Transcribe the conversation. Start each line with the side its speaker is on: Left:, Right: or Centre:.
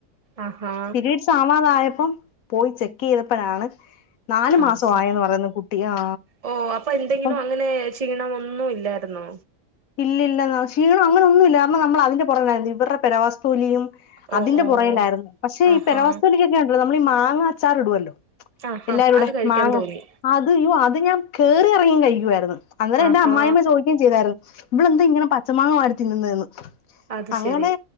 Right: ആഹാ
Left: പിരീഡ്സ് അവതായപ്പോ പോയി ചെക്ക് ചെയ്തപ്പോഴാണ് നാലുമാസം
Right: അത് ശരി
Left: ആയന്ന് പറയുന്നു കുട്ടി ആ
Right: ഓ അപ്പൊ എന്തെങ്കിലും
Left: അപ്പം
Right: അങ്ങനെ ക്ഷീണം ഒന്നും ഇല്ലായിരുന്നോ
Left: ഇല്ലല്ല ക്ഷീണം അങ്ങനൊന്നും ഇല്ല കാരണം നമ്മൾ അതിന്റെ പുറായിരുന്നു ഇവരുടെ പെ വസ്തുലിയും
Right: ഓ
Left: അതിന്റെ
Right: ഓ
Left: പുറയിലായിരുന്നു പക്ഷേ
Right: ആഹാ
Left: ഈ പര വസ്തുയിലലക്ക്ങ്ങെയ ഉണ്ടല്ലോ നമ്മൾ ഈ മാങ്ങ അച്ചാർ ഇടുല്ലോ
Right: ആഹാ
Left: എല്ലാരൂടെ
Right: അത് കഴിക്കാൻ
Left: മാങ്ങ
Right: തോന്നി
Left: അത് അത് ഞാൻ കയറി ഇറങ്ങിയും കഴിക്കുയിരുന്നു എന്റെ
Right: ആഹാ
Left: അമായിമ്മ ചോദിക്കുകയും ചെയ്തായിരുന്നു ഇവിള എന്താ ഇങ്ങനെ പച്ചമാങ്ങ വരത്തിന്നുന്നേ
Right: അത്
Left: അങ്ങനെ
Right: ശരി